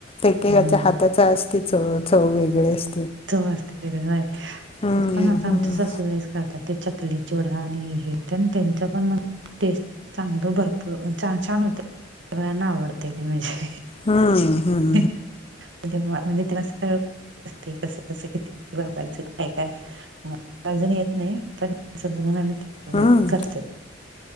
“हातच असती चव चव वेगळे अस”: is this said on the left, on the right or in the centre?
Left